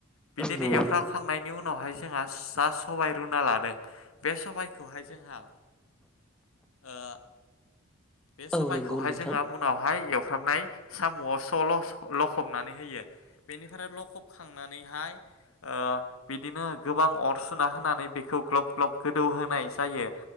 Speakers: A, on the left; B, in the centre.
A: बिदिनो
B: नंगौ
A: एवफ्राम
B: नंगौ
A: खांनायनि उनावहाय जोंहा जा सबाय रुना लादों बे सबायखौहाय जोंहा ओ बे
B: औ
A: सबायखौहाय
B: नंगौ नोंथां
A: जोहा उनावहाय एव सुफ्राबनाय साम'आव स'ल' लखबनानै होयो बेनिफ्राय लखब खांनानैहाय ओ बिदिनो गोबां अर सुना होनानै बेखौ ग्लब ग्लब गोदौ होनाय जायो।